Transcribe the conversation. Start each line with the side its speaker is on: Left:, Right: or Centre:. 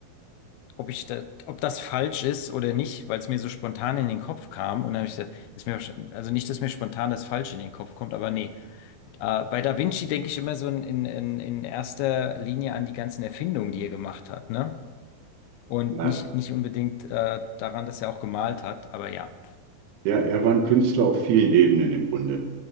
Left: ob ich da, ob das falsch ist oder nicht, weil es mir so spontan in den Kopf kam. Und dann habe ich gesagt, ist mir, wahrsch- also nicht, dass mir spontan das Falsche in den Kopf kommt, aber nee. Äh, bei Da Vinci denke ich immer so in, in, in in erster Linie an die ganzen Erfindungen, die er gemacht hat, ne? Und
Right: Ja.
Left: nicht, nicht unbedingt äh, daran, dass er auch gemalt hat, aber ja.
Right: ja, er war ein Künstler auf vielen Ebenen im Grunde.